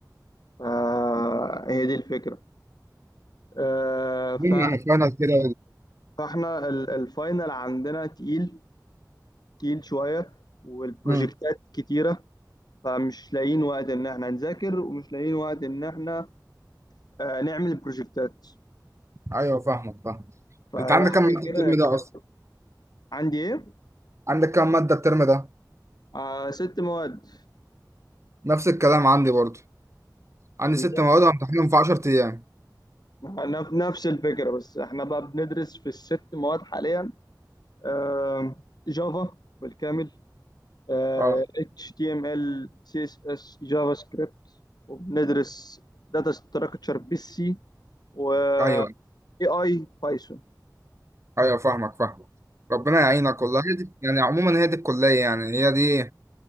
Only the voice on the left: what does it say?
فهي دي الفكرة آه ف-
فاحنا ال- الفاينل عندنا تقيل تقيل شوية والبروجكتات
كتيرة فمش لاقيين وقت إن إحنا نذاكر ومش لاقيين وقت إن إحنا آه، نعمل بروجكتات
فهي
حاجة
كده
كان
عندي إيه؟
آه ست مواد
بالظبط
نف- نفس الفكرة بس إحنا بقى بندرس في الست مواد حاليا آه جافا بالكامل آه
HTML CSS جافا سكريبت وبندرس داتا ستراكشر بالسي و
AI بايثون